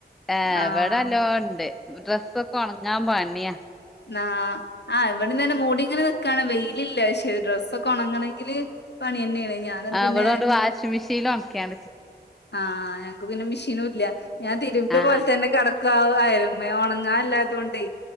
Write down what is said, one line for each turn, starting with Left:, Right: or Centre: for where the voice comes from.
Centre: ആ
Left: ആഹ്
Centre: ഇവിടെ നല്ലോണം ഉണ്ട് ഡ്രസ്സൊക്കെ ഒണങ്ങാൻ പണിയാ
Left: എന്നാ ആ ഇവിടെയും തന്നെ മൂടി അങ്ങനെ നിക്കാണ് വെയിലില്ല പക്ഷെ ഡ്രസ്സൊക്കെ ഒണങ്ങണെങ്കില്- പണി തന്നെയാണ് ഞാൻ എന്നിട്ട്
Centre: ആ
Left: പിന്നെ
Centre: അവിടാണ്ട് വാഷിംഗ് മെഷീനിൽ ഒണ്ക്കാണ്
Left: ആഹ് ഞങ്ക് പിന്നെ മെഷീനുല്ല ഞാൻ തിരിമ്പിയ
Centre: ആഹ്
Left: പോൽ തന്നെ ക്കാതയലി <unintelligible> മ്മേ ഒണങ്ങാൻ ല്ലാത്തോണ്ടേ